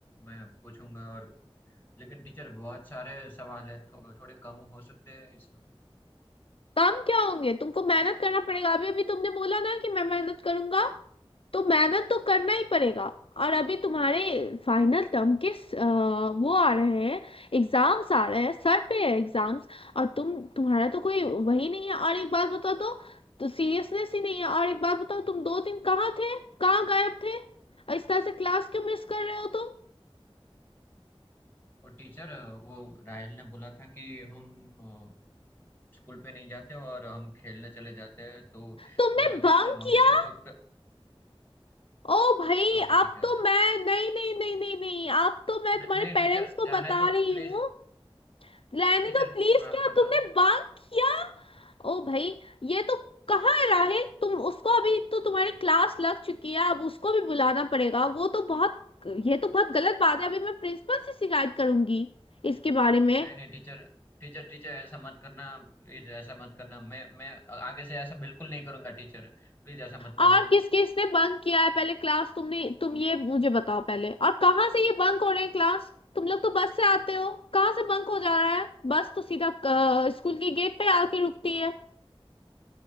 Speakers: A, on the left; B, on the left.
A: मैं पूछूंगा और लेकिन टीचर बहुत सारे सवाल है थो, थोड़े कम हो सकते हैं इसमें
B: काम क्या होंगे तुमको
A: टीचर
B: मेहनत करना पड़ेगा अभी अभी तुमने बोला ना कि मैं मेहनत करूंगा तो मेहनत तो करना ही पड़ेगा और अभी तुम्हारे फाइनल टर्म के अ, वो आ रहे हैं एग्जाम्स आ रहे हैं सर पे है एग्जाम्स और तुम तुम्हारा तो कोई वही नहीं है और एक बात बताओ तो, तो सीरियसनेस ही नहीं है और एक बात बताओ तुम दो दिन कहाँ थे कहाँ गायब थे और इस तरह से क्लास क्यों मिस कर रहे हो तुम
A: और टीचर वो राहिल ने बोला था कि हम अ, स्कूल पे नहीं जाते और हम खेलने चले जाते हैं तो
B: तुमने
A: पूरा दिन
B: बंक
A: मम्मी
B: किया
A: से छुप कर
B: ओ भाई
A: Sorry
B: अब
A: teacher
B: तो मैं नहीं नहीं नहीं नहीं नहीं अब तो मैं
A: नहीं
B: तुम्हारे
A: नहीं
B: पेरेंट्स
A: टीचर
B: को
A: जाने
B: बता
A: दो
B: रही
A: प्लीज
B: हूँ रहने
A: टीचर
B: दो प्लीज
A: माफ
B: क्या
A: कर
B: तुमने
A: दो
B: बांक किया ओ भाई ये तो कहाँ है राहिल तुम उसको अभी तो तुम्हारी क्लास लग चुकी है अब उसको भी बुलाना पड़ेगा वो तो बहुत ये तो बहुत गलत बात है अभी मैं प्रिंसिपल से शिकायत करूंगी इसके बारे में
A: नहीं नहीं टीचर टीचर टीचर ऐसा मत करना प्लीज ऐसा मत करना मैं मैं आगे से ऐसा बिल्कुल नहीं करूंगा टीचर प्लीज ऐसा मत करना
B: और किस किसने बंक किया है पहले क्लास तुमने तुम ये मुझे बताओ पहले और कहाँ से ये बंक हो रहे हैं क्लास तुम लोग तो बस से आते हो कहाँ से बंक हो जा रहा है बस तो सीधा अ, स्कूल के गेट पे आके रुकती है